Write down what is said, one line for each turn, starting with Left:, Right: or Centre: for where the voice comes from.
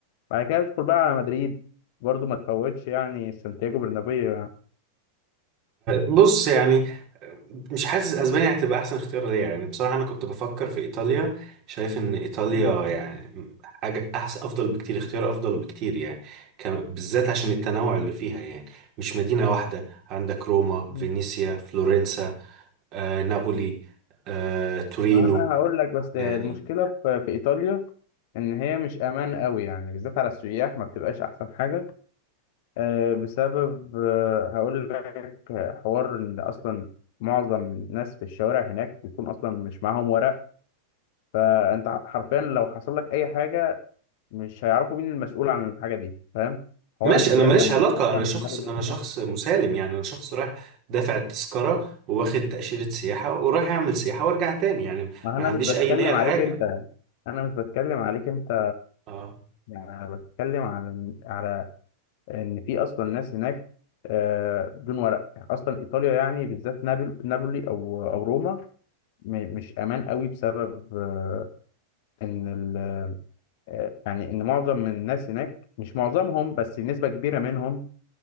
Left: بعد كده ادخل بقى على مدريد برضو ما تفوتش يعني سانتياغو برنابيو <laughs> يعني
Right: بص يعني مش حاسس اسبانيا هتبقى احسن اختيار ليا يعني بصراحه انا كنت بفكر في ايطاليا شايف ان ايطاليا
Left: مم.
Right: يعني حاجه احسن افضل بكتير اختيار افضل بكتير يعني كم- بالذات عشان التنوع اللي فيها يعني مش مدينه واحده عندك روما
Left: مم.
Right: فينيسيا فلورنسا آه نابولي آه تورينو
Left: ما أنا هقول لك بس
Right: يعني
Left: المشكلة في في إيطاليا إن هي مش أمان قوي يعني بالذات على السياح ما بتبقاش أحسن حاجة آه، بسبب آه، هقول لك حوار إن أصلا معظم الناس في الشوارع هناك بيكون أصلا مش معاهم ورق فأنت حرفيا لو حصل لك أي حاجة مش هيعرفوا مين المسؤول عن الحاجه دي فاهم حوار
Right: ماشي
Left: السرقه
Right: انا ماليش
Left: هنروح
Right: علاقة
Left: مثلا
Right: انا شخص
Left: في دماغ الإسلام.
Right: انا شخص مسالم يعني انا شخص رايح دافع التذكرة وواخد تأشيرة سياحة ورايح اعمل سياحة وارجع تاني يعني
Left: ما
Right: ما
Left: انا
Right: عنديش
Left: مش بتكلم
Right: اي نية لحاجة
Left: عليك انت انا مش بتكلم عليك انت
Right: اه
Left: يعني انا بتكلم على على ان في اصلا ناس هناك آه، بدون ورق اصلا ايطاليا يعني بالذات نابل نابولي او او روما م- مش امان قوي بسبب آه، ان ال- آه، يعني ان معظم من الناس هناك مش معظمهم بس نسبه كبيره منهم